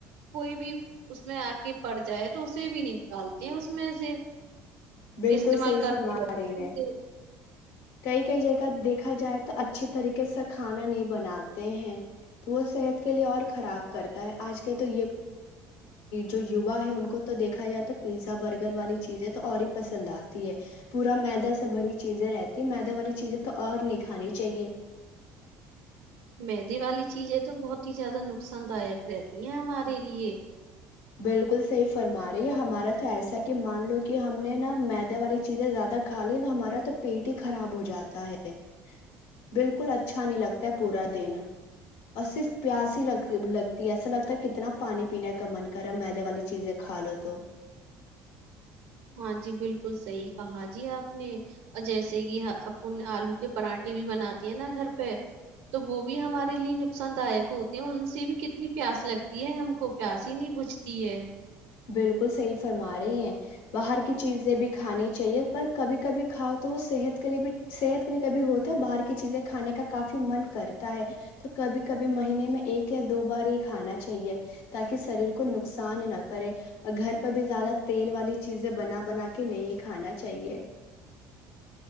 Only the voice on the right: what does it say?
کوئی بھی اس میں آک پڑ جائے تو اسے بھی نہیں نکالتی ہیں اس میں سے
استعمال
کرتے
رہتے
مہندی والی چیزیں تو بہت ہی زیادہ نقصان دایق رہتی ہیں ہمارے لیے
ہاں جی بالکل صحیح کہا جی آپ نے اور جیسے کہ اپن آلو کے پراٹھے بھی بناتے ہیں نا گھر پہ تو وہ بھی ہمارے لیے نقصان دائق ہوتے ہیں ان سے بھی کتنی پیاس لگتی ہے ہم کو پیاس ہی نہیں بھجتی ہے